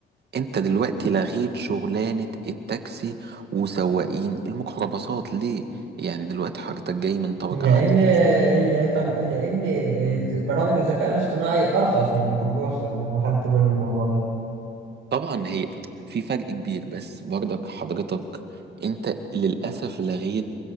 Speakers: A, on the right; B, on the right.
A: انت دلوقتي لغيت شغلانة التاكسي وسواقين الميكروباصات ليه يعني دلوقتي حضرتك جاي من طبقة
B: لأن
A: عالية
B: ال- طب لأن برامج الذكاء الاصطناعي أرخص من الميكروباص ده أنا خدت بالي من الموضوع ده
A: طبعا هي في فرق كبير بس برضك حضرتك انت للاسف لغيت